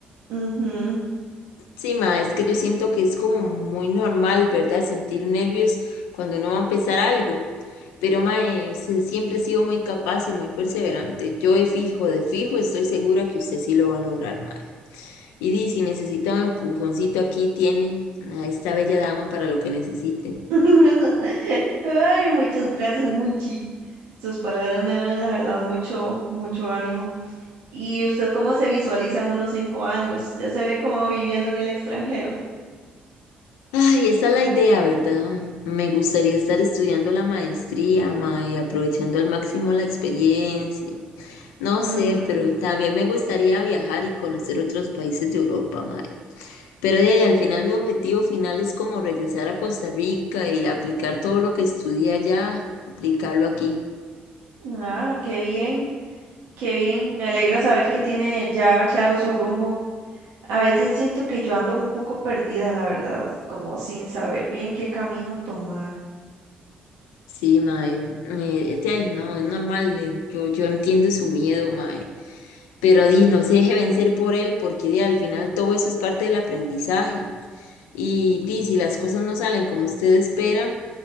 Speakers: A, on the right; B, on the left.
A: ujú.
B: Sí, ma, es que yo siento que es como muy normal, ¿verdad? Sentir nervios cuando uno va a empezar algo. Pero, ma, eh, usted siempre ha sido muy capaz y muy perseverante. Yo de fijo, de fijo, estoy segura que usted sí lo va a lograr, ma. Y di, si necesita un empujoncito, aquí tiene a esta bella dama para lo que necesite.
A: <laughs> Ay, muchas gracias, Muchi. Sus palabras me dan, la verdad, mucho, mucho ánimo. ¿Y usted cómo se visualiza en unos cinco años? ¿Ya se ve como viviendo en el extranjero?
B: Ay, esa es la idea, ¿verdad? Me gustaría estar estudiando la maestría, ma, y aprovechando al máximo la experiencia. No
A: Ujú.
B: sé, pero también me gustaría viajar y conocer otros países de Europa, ma. Pero de ahí, al final mi objetivo final es como regresar a Costa Rica y aplicar todo lo que estudié allá, aplicarlo aquí.
A: Ah, qué bien. Qué bien, me alegra saber que tiene ya claro su rumbo. A veces siento que yo ando un poco perdida, la verdad, como sin saber bien qué camino tomar.
B: Sí, mae, eh, de ahí no, es normal, eh, yo, yo entiendo su miedo, mae, pero di, no se deje vencer por él, porque di, al final todo eso es parte del aprendizaje, y di, si las cosas no salen como usted espera,